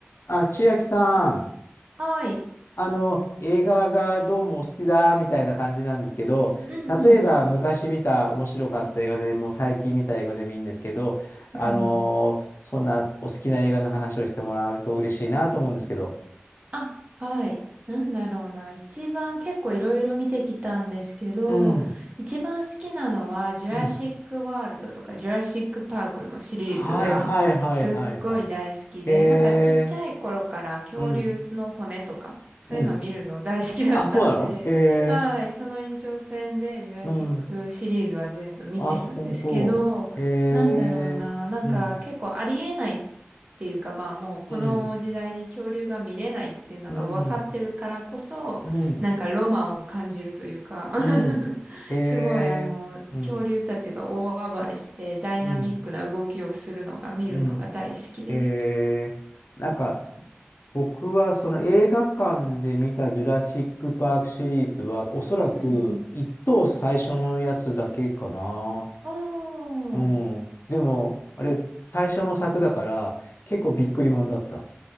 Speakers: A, on the left; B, on the right.
A: あ、千秋さん、
B: はい。
A: あの、映画がどうもお好きだみたいな感じなんですけど、
B: うんうん。
A: 例えば昔見た面白かった映画でも最近見た映画でもいいんですけど、あのーそんなお好きな映画の話をしてもらうと嬉しいなと思うんですけど。
B: うんうん。あ、はい。なんだろうな。一番結構いろいろ見てきたんですけど、
A: うん、
B: 一番好きなのは、ジュラシック・
A: うん。
B: ワールドとか、ジュラシック・パークのシリーズがすっごい大好きで、
A: はいはいはいはいはい。へえ、
B: なんかちっちゃい頃から恐竜の骨とか、
A: うん、
B: そういうのを見るの大好きだったんで、
A: うん。あ、そうなのへえ、
B: はい。その延長線で、ジュラシックシリーズは全部見てるんですけど、
A: うん。あ、本当。へえ、
B: なんだろうな。なんか結構ありえないっていうかまあもうこの時代に恐竜が見れないっていうのが分かってるからこそなんかロマンを感じるというか
A: うん、うん、うん、うん。
B: <laughs>
A: うん。へえ。
B: すごいあの恐竜たちが大暴れしてダイナミックな動きをするのが見るのが大好きです。
A: うん。うん。うん。へえ。なんか、僕はその映画館で見たジュラシック・パークシリーズは、おそらく一等最初のやつだけかな。
B: うんうんおー。
A: うん。でも、あれ、最初の作だから、結構びっくりもんだった。